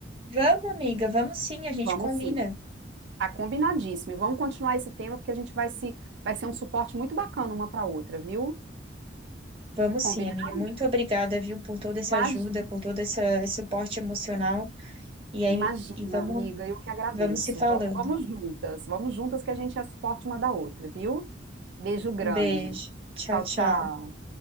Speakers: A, on the right (about 30°); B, on the right (about 70°).
A: Vamos, amiga, vamos sim, a gente
B: Vamos
A: combina.
B: sim, tá combinadíssimo. E vamos continuar esse tema, porque a gente vai se, vai ser um suporte muito bacana uma para outra, viu?
A: Vamos
B: Combinado?
A: sim, amiga. Muito obrigada, viu, por toda essa
B: Imagina.
A: ajuda, por todo essa- esse suporte emocional. E aí,
B: Imagina,
A: e vamos,
B: amiga, eu que agradeço.
A: vamos se falando.
B: Vamos, vamos juntas, vamos juntas que a gente é suporte uma da outra, viu? Beijo grande.
A: Um beijo. Tchau,
B: Tchau,
A: tchau.
B: tchau.